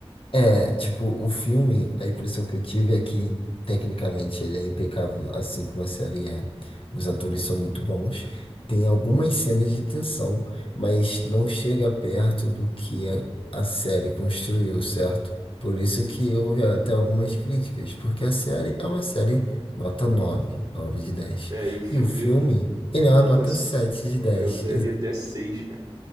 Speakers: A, on the left; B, on the right.
A: É, tipo, o filme, a impressão que eu tive é que, tecnicamente, ele é impecável, assim como a série é. Os atores são muito bons. Tem algumas cenas de tensão, mas não chega perto do que a, a série construiu, certo? Por isso que houve até algumas críticas, porque a série é uma série nota nove nove de dez
B: É, e o filme,
A: E o filme, ele
B: nota.
A: é uma nota
B: s-
A: sete de dez
B: Eu daria até seis, cara.